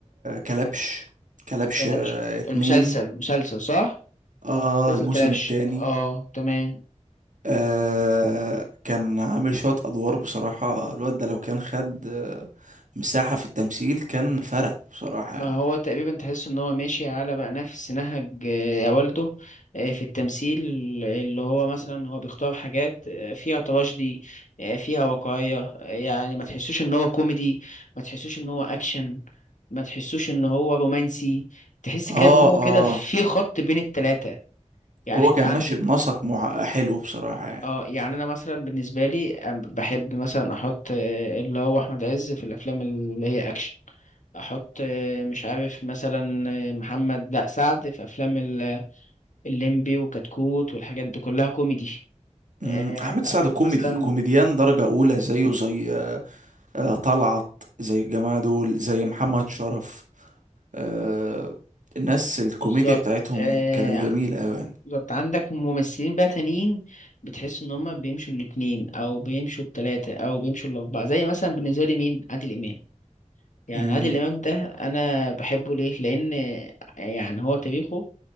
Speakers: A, on the right; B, on the left.
A: كلبش كلبش
B: كلبش
A: آه، اتنين
B: المسلسل مسلسل صح؟
A: اه
B: مسلسل
A: الموسم
B: كلبش
A: التاني
B: اه تمام
A: آه كان عامل شوية أدوار بصراحة الواد ده لو كان خد آه، مساحة في التمثيل كان فرق بصراحة
B: ما
A: يعني
B: هو تقريبا تحس ان هو ماشي على بقى نفس نهج آه، يا والده آه، في التمثيل اللي هو مثلا هو بيختار حاجات آه، فيها تراجيدي آه، فيها واقعية آه، يعني ما تحسوش ان هو كوميدي ما تحسوش ان هو اكشن ما تحسوش ان هو رومانسي تحس كده
A: اه
B: ان هو كده
A: اه
B: في خط بين التلاتة يعني
A: هو
B: انت
A: كان
B: عن
A: ماشي بنسق مع... حلو بصراحة يعني
B: اه يعني انا مثلا بالنسبة لي آه، بحب مثلا احط آه، اللي هو احمد عز في الافلام اللي هي اكشن احط آه، مش عارف مثلا آه، محمد لا سعد في افلام ال- الليمبي وكتكوت والحاجات دي كلها كوميدي
A: مم،
B: آه،
A: احمد سعد
B: احط
A: كوميدي
B: مثلا
A: كوميديان درجة اولى زيه زي آه، طلعت زي الجماعة دول زي محمد شرف آه، الناس الكوميديا
B: بالظبط
A: بتاعتهم
B: آه،
A: كانت جميلة اوي يعني
B: بالظبط عندك ممثلين بقى تانيين بتحس ان هم بيمشوا الاتنين او بيمشوا التلاتة او بيمشوا الاربعة زي مثلا بالنسبة لي مين عادل امام يعني
A: مم.
B: عادل امام ده انا بحبه ليه لان آه، يعني هو تاريخه